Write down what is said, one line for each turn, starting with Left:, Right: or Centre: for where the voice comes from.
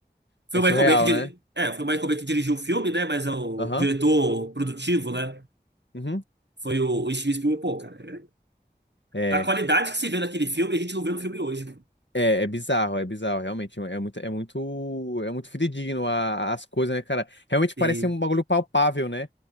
Right: Foi
Left: É
Right: o
Left: surreal,
Right: Michael Bay que diri...
Left: né?
Right: É, foi o Michael Bay que dirigiu o filme, né? Mas é o
Left: Aham.
Right: diretor produtivo, né?
Left: Uhum.
Right: Foi o, o Steven Spielberg. Pô, cara,
Left: É,
Right: é- a qualidade que se vê naquele filme, a gente não vê no filme hoje. mano.
Left: É, é bizarro, é bizarro, realmente. É muito, é muito, é muito fidedigno a- as coisas, né, cara? Realmente
Right: Sim,
Left: parece um bagulho palpável, né?